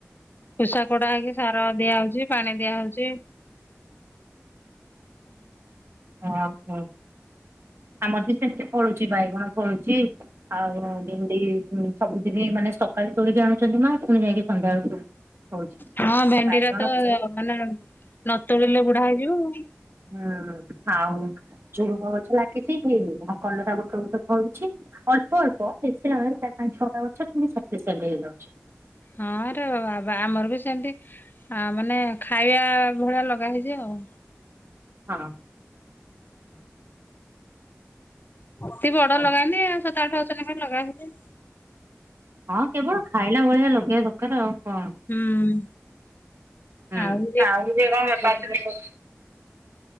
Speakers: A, on the left (about 45°); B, on the right (about 55°).
A: ଖୁଷା କୋଡା ହେଇକି ସାର ଦିଆ ହଉଛି ପାଣି ଦିଆ ହଉଛି।
B: ଓହୋ ଆମର ବି ସେମିତି ଫଳୁଛି ବାଇଗଣ ଫଳୁଛି। ଆଉ ଭେଣ୍ଡି ସବୁଦିନ ମାନେ ସକାଳେ ତୋଳିକି ଆଣୁଛନ୍ତି ମା ପୁଣି ଯାଇକି ସନ୍ଧ୍ୟା ବେଳକୁ ହଉଛି
A: ହଁ ଭେଣ୍ଡି
B: ବାଇଗଣ
A: ଟ ତ ମାନେ ନ ତୋଳିଲେ ବୁଢା ହେଇଯିବ।
B: ହୁଁ ଆଉ ଝୁଡୁଙ୍ଗ ଗଛ ଲାଗିଛି କି ଆଉ କଲରା ଗୁଟେ ଗୁଟେ ଫଳୁଛି ଅଳ୍ପ ଅଳ୍ପ ବେଶୀ ନାହିଁ ମ ପା ପାଞ୍ଚ ଛଅଟା ଗଛ ଅଛି କିନ୍ତୁ ସଫିସିଏଣ୍ଟ ହେଇଯାଉଛି।
A: ହଁ ଏରା ବା ଆମର ବି ସେମିତି ଆଁ ମାନେ ଖାଇବା ଭଳିଆ ଲଗା ହେଇଚି ଆଉ।
B: ହଁ।
A: ବେଶି ବଡ
B: ହଁ
A: ଲଗାନି ଆଉ <unintelligible> ଲଗାନ୍ତି।
B: ହଁ କେବଳ ଖାଇଲା ଭଳିଆ ଲଗେଇବା ଦରକାର ଆଉ କଣ?
A: ହୁଁ
B: ହୁଁ।
A: ଆଉ
B: ସେ କଣ ବେପାର
A: <unintelligible>
B: ଫେପାର କରୁଛି।